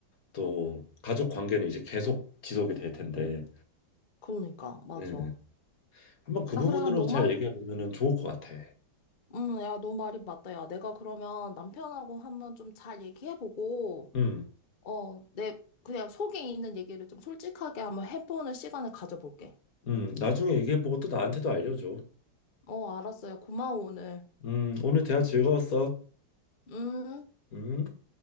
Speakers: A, on the left (about 50°); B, on the left (about 80°).
A: 또 가족 관계는 이제 계속 지속이 될 텐데,
B: 그러니까, 맞아.
A: 예. 한번 그
B: 아
A: 부분으로
B: 그래, 너
A: 잘
B: 말,
A: 얘기해 보면은 좋을 것 같아.
B: 음, 야, 너 말이 맞다. 야, 내가 그러면 남편하고 한번 좀 잘 얘기해보고,
A: 음,
B: 어, 내, 그냥 속에 있는 얘기를 좀 솔직하게 한번 해보는 시간을 가져볼게.
A: 음, 나중에 얘기해 보고 또 나한테도 알려줘.
B: 어, 알았어요. 고마워, 오늘.
A: 음, 오늘 대화 즐거웠어.
B: 음.
A: 음.